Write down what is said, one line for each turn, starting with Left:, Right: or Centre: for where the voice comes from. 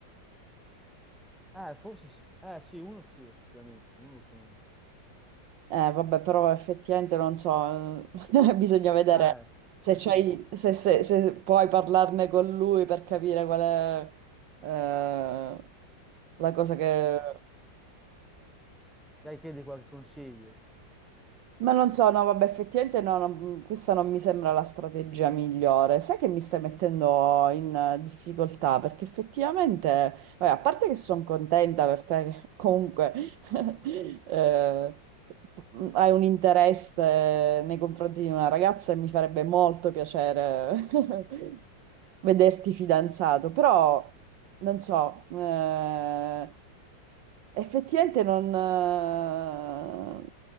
Centre: Eh, forse sì. Eh, sì, uno sì, effettivamente, uno lo conosco.
Right: Eh, vabbè, però effettivamente non so, eh, <laughs> bisogna vedere
Centre: Beh, <laughs>
Right: se,
Centre: eh,
Right: c'hai-
Centre: sì.
Right: se- se- se puoi parlarne con lui per capire qual è eh, la cosa che...
Centre: Sì, Magari chiedi qualche consiglio.
Right: Ma non so, no, vabbè, effettivamente no, non- questa non mi sembra la strategia migliore. Sai che mi stai mettendo in eh, difficoltà? Perché effettivamente, vabbè, a parte che sono contenta per te, che comunque <laughs> eh, hai un interesse nei confronti di una ragazza e mi farebbe molto piacere <laughs> vederti fidanzato, però non so. eh, Effettivamente non, eh,